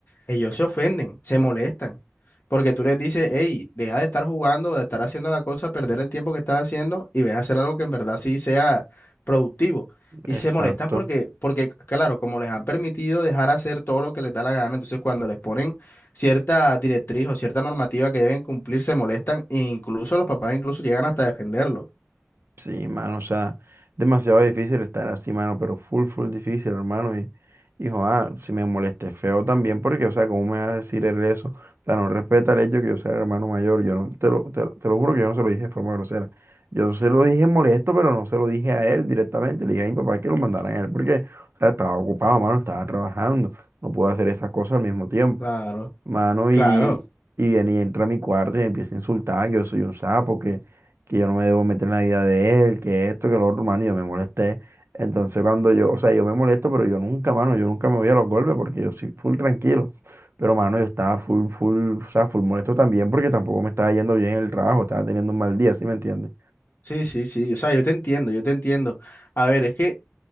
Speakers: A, on the left (about 45°); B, on the right (about 55°).
A: ellos se ofenden, se molestan, porque tú les dices, hey, deja de estar jugando, de estar haciendo la cosa, perder el tiempo que estás haciendo y ves a hacer algo que en verdad sí sea productivo. Y
B: Exacto.
A: se molestan porque, porque, claro, como les han permitido dejar hacer todo lo que les da la gana, entonces cuando les ponen cierta directriz o cierta normativa que deben cumplir, se molestan e incluso los papás incluso llegan hasta defenderlo.
B: Sí, mano, o sea, demasiado difícil estar así, mano, pero full, full difícil, hermano. Hijo, ah, si me molesté feo también, porque, o sea, ¿cómo me vas a decir él eso? O sea, no respeta el hecho de que yo sea el hermano mayor. Yo no, te lo, te, lo te lo juro que yo no se lo dije de forma grosera. Yo se lo dije molesto, pero no se lo dije a él directamente. Le dije a mi papá que lo mandaran a él, porque, o sea, estaba ocupado, mano, estaba trabajando. No pude hacer esas cosas al mismo tiempo.
A: Claro,
B: Mano,
A: claro.
B: y, y viene y entra a mi cuarto y me empieza a insultar. Yo soy un sapo, que, que yo no me debo meter en la vida de él, que esto, que lo otro, mano, y yo me molesté. Entonces, cuando yo, o sea, yo me molesto, pero yo nunca, mano, yo nunca me voy a los golpes porque yo soy full tranquilo. Pero, mano, yo estaba full, full, o sea, full molesto también porque tampoco me estaba yendo bien en el trabajo, estaba teniendo un mal día, ¿sí me entiendes?
A: Sí, sí, sí. O sea, yo te entiendo, yo te entiendo. A ver, es que